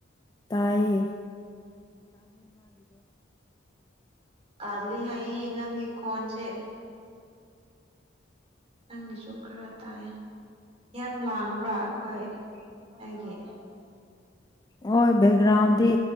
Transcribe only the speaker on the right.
ꯀꯂꯤ ꯍꯥꯏ ꯏ ꯅꯒꯤ ꯀꯣꯟꯁꯦ ꯅꯪꯒꯤꯁꯨ ꯈꯔ ꯇꯥꯏ ꯌꯥꯝ ꯂꯥꯡꯕ꯭ꯔꯥ ꯑꯩꯈꯣꯏ ꯍꯥꯏꯦ